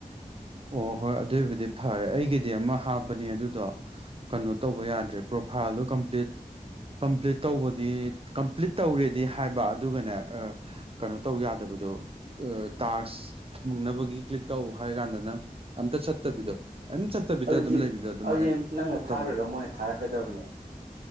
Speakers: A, on the right (about 40°); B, on the right (about 70°).
A: ꯑꯣ ꯍꯣꯏ ꯑꯗꯨꯏꯕꯨꯗꯤ ꯐꯔꯦ ꯑꯩꯒꯤꯗꯤ ꯑꯃ ꯍꯥꯞꯄꯅꯤ ꯑꯗꯨꯗꯣ ꯀꯩꯅꯣ ꯇꯧꯕ ꯌꯥꯗ꯭ꯔꯦ ꯄ꯭ꯔꯣꯐꯥꯏꯜꯗꯣ ꯀꯝꯄ꯭ꯂꯤꯠ ꯀꯝꯄ꯭ꯂꯤꯠ ꯇꯧꯕꯗꯤ ꯀꯝꯄ꯭ꯂꯤꯠ ꯇꯧꯔꯦꯗꯤ ꯍꯥꯏꯕ ꯑꯗꯨꯒꯅꯦ ꯑꯥ ꯀꯩꯅꯣ ꯇꯧ ꯌꯥꯗꯕꯗꯣ ꯑꯥ ꯇꯥꯛꯁ ꯐꯪꯅꯕꯒꯤ ꯀ꯭ꯂꯤꯛ ꯇꯧꯕ꯫ ꯍꯥꯏ ꯀꯥꯟꯗꯅ ꯑꯝꯇ ꯆꯠꯇꯕꯤꯗꯣ꯫ ꯑꯝ ꯆꯠꯇꯕꯤꯗ
B: ꯑꯗꯨꯗꯤ
A: ꯑꯗꯨꯝ ꯂꯩꯕꯗꯣ ꯑꯗꯨꯃꯥꯏꯅ
B: ꯑꯗꯨꯗꯤ ꯅꯪꯅ ꯊꯥꯈ꯭ꯔꯒ
A: ꯇꯧꯔꯦ
B: ꯃꯣꯏꯅ ꯊꯥꯔꯛꯀꯗꯕꯅꯦ꯫